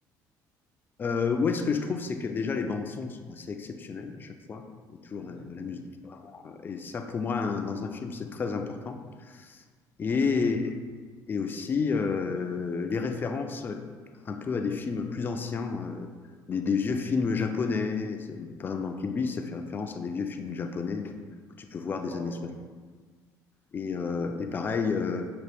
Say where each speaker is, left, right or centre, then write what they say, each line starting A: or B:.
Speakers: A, on the left; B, on the right.
A: euh, ouais, ce que je trouve, c'est que déjà les bandes son sont assez exceptionnelles à chaque fois. Et toujours
B: Mhm,
A: euh, la
B: mhm.
A: musique. Et ça, pour moi, un- dans un film, c'est très important. Et,
B: Ouais.
A: et aussi euh, les références un peu à des films plus anciens, euh, des, des vieux films japonais. C'est- Par exemple, dans Kill Bill, ça fait référence à des vieux films japonais que tu peux voir des
B: Ouais,
A: années
B: ouais.
A: Et, euh, et pareil, euh,